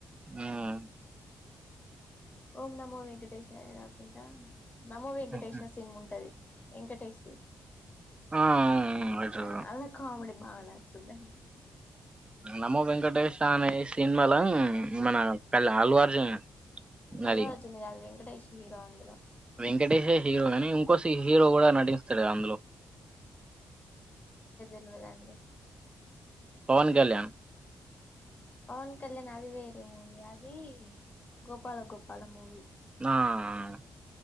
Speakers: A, on the right; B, on the left.
A: హ్మ్మ్.
B: ఓం నమో వెంకటేష్య కాకుండా, నమో వెంకటేష్
A: మ్మ్
B: సినిన్ ఉంటది. వెంకటేష్ ది!
A: ఆ అవును
B: ఆ, అలా కామిడీ. బా, నచ్చుద అండీ.
A: నమో వెంకటేేశ అనే సినిమాలా, మన కళ్. అల్లు అర్జున్.
B: ఆల్లు
A: అది
B: అర్జున్ గాదు? వెంకటేష్ హీరో అందులో.
A: వెంకటేష్ హె హీరో గానీ, ఇంకోసి హీరో గుడా నటిస్తాడు అందులో.
B: తెల్వదు అండీ?
A: పవన్ కల్యాణ్.
B: పవన్ కళ్యాణ్, అది వేరే మూవి. అది గోపాల గోపాల మూవి.
A: నా ఆ.